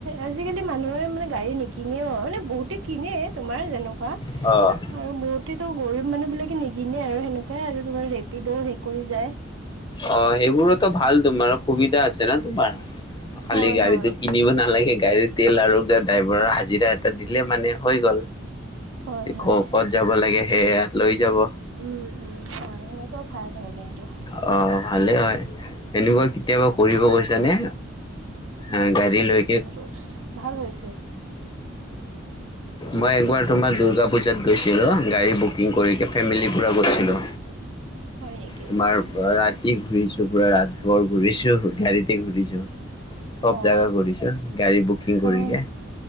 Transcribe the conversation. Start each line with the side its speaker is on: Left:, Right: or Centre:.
Right: আজিকালি মানুহে মানে গাড়ী নিকিনেও! মানে বহুতে কিনে, তোমাৰ যেনেকুৱা!
Left: অ',
Right: আৰু বহুতেতো গৰীব মানুহ বিলাকে নিকিনে, আৰু সেনেকুৱাই আৰু, তোমাৰ ৰেপিডো হেৰি কৰি যায়।
Left: অ', সেইবোৰোতো ভাল, তোমাৰ সুবিধা আছে, ন তোমাৰ। খালি
Right: হয়
Left: গাড়ীটো
Right: হয়
Left: কিনিব নালাগে, গাড়ীৰ তেল আৰু ড্ৰাইভাৰৰ হাজিৰা এ দিলে মানে হৈ গ'ল,
Right: হয় হয়
Left: ক' ক'ত যাব লাগে। সেয়া লৈ যাব।
Right: উম্, উম্, হয়। সেনেকুৱা ভাল হয় কিন্তু।
Left: অ'অ', ভালে হয়, এনেকুৱা কেতিয়াবা কৰিব গৈছানে? অ', গাড়ী লৈ
Right: টো ভাল হৈছে।
Left: মই একবাৰ তোমাৰ দুৰ্গা পুজাত গৈছিলোঁ, গাড়ী বুক বুকিং কৰি, ফেমিলি পুৰা ঘূৰিছিলোঁ,
Right: হয় নেকি
Left: তোমাৰ ৰাতি ঘূৰিছোঁ। পুৰা ৰাত ভৰ ঘূৰিছোঁ, গাড়ীতে ঘূৰিছোঁ। চব
Right: অ
Left: জাগা ঘূৰিছোঁ, গাড়ী বুকিং
Right: হয়
Left: কৰিকে।